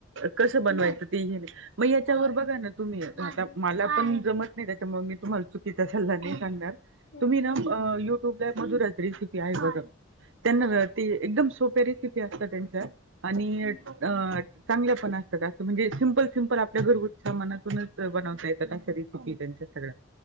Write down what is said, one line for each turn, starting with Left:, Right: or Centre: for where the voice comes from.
Right: कसं बनवायचं ते हेणे म याच्यावर बघा न तुम्ही
Left: हम्म
Right: आता मला पण जमत नाही त्याच्यामुळे मी तुम्हाला चुकीचा सल्ला नाही सांगणार
Left: हम्म
Right: तुम्ही न युट्युबला मधुरा रेसिपी आहे बघा, त्याना
Left: हो
Right: ते एकदम सोप्या रेसिपी असतात त्यांच्या आणि
Left: हो
Right: चांगल्या पण असतात असं, म्हणजे सिम्पल, सिम्पल आपल्या घरगुती मनातूनच बनवता येतात अशा रिसिपी त्यांच्या सगळ्या,